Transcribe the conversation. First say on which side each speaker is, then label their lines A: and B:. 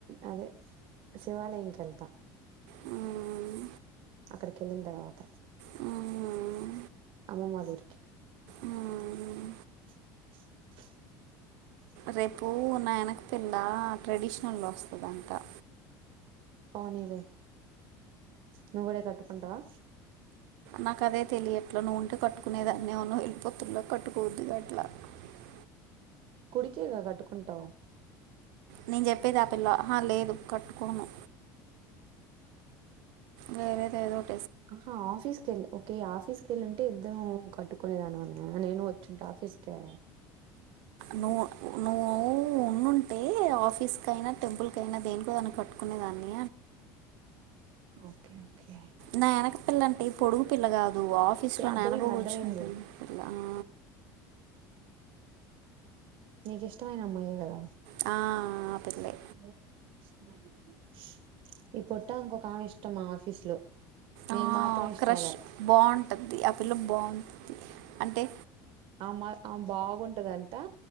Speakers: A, on the right; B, on the right.
A: అదే శివాలయంకెళ్తా
B: హ్మ్.
A: అక్కడికి వెళ్ళిన తర్వాత
B: హ్మ్.
A: అమ్మమ్మ వాళ్ళ ఊరికి
B: ఊ మ్
A: ఇ
B: రేపు నా ఎనక పిల్ల ట్రెడిషనల్లో వస్తదంటా
A: రానిలే నువ్ కూడా కట్టుకుంటావా
B: నాకదే తెలియట్లా నువ్వు ఉంటే కట్టుకునేదనేమో నువ్ వెళ్లిపొతున్నావ్ కట్టుకోబుద్ధి కావట్ల <unintelligible> <unintelligible>
A: గుడికేగా కట్టుకుంటావు
B: నేను చెప్పేది ఆ పిల్ల హా లేదు కట్టుకోను వేరేదేదోట్
A: అహా ఆఫీస్ కెల్లి ఓకే ఆఫీస్క్ ఎళ్లుంటే ఇద్దరం కట్టుకునేదానివేమోనే, నేను ఒచ్చుంటె ఆఫీస్ కే
B: నువ్ నువ్వు ఉండుంటే ఆఫీస్ కైనా టెంపుల్ కైనా దేనికోదానికి క్కట్టుకునేదాన్ని
A: ఓకే ఓకే
B: నా ఎనకపిల్లంటే ఈ పొడుగు పిల్ల గాదు, ఆఫీస్ లో
A: అర్థమైంది
B: నా ఎనక కూర్చుంటాందే
A: అర్థమైంది
B: పిల్ల ఆ
A: నీకిష్టమైన అమ్మాయే గదా
B: ఆ
A: <unintelligible>
B: ఆ పిల్లే
A: ఈ పొట్టమెకొకామే ఇష్టం మా ఆఫీస్ లో మేము
B: ఆ
A: మాత్రం ఇష్టంలే
B: క్రష్ బావుంట్టద్ది, ఆ పిల్ల బావున్ అంటే
A: ఆమ ఆమె బాగుంటదంటా,